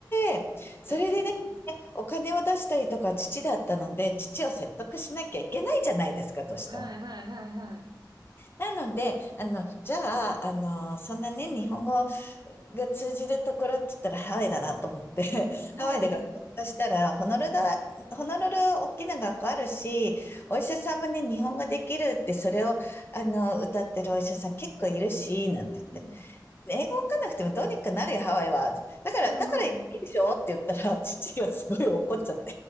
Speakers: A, on the left; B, on the right.
A: で、それでですね、
B: ん。ええ
A: お金を出したりとか父だったので、父を説得しなきゃいけないじゃないですか、としても。
B: はいはいはいはい。
A: なので、あの、じゃあ、あの、そんなね、日本語が通じるところって言ったらハワイだなと思って、<laughs>
B: お
A: ハワイで学校したら、
B: う。
A: ホノルルだ、ホノルル大きな学校あるし、お医者さんもね、日本語できるって、それを、あの、歌ってるお医者さん結構いるし、なんて言って。
B: うん。
A: 英語わかんなくてもどうにかなるよ、ハワイは。だから、
B: うんうん。
A: だからいいでしょって言ったら、父がすごい怒っちゃっ